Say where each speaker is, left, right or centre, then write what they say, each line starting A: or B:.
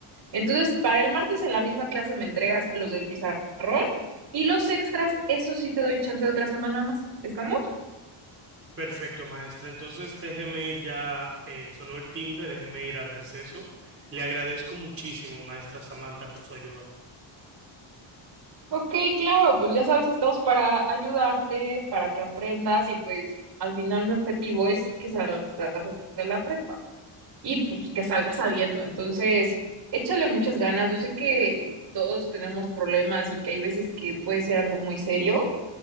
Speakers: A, on the right (about 50°); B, on the right (about 25°).
A: Entonces, para el martes en la misma clase me entregas los del pizarrón y los extras, eso sí te doy chance de otra semana más. ¿Estamos?
B: Perfecto, maestra. Entonces déjeme ir ya, eh, sonó el timbre, déjeme ir al receso. Le agradezco muchísimo, maestra Samantha, por su ayuda.
A: Ok, claro, pues ya sabes que estamos para ayudarte, para que aprendas y pues al final mi objetivo es que salgas de la prepa. y pues que salga sabiendo. Entonces, échale muchas ganas. Yo sé que todos tenemos problemas y que hay veces que puede ser algo muy serio.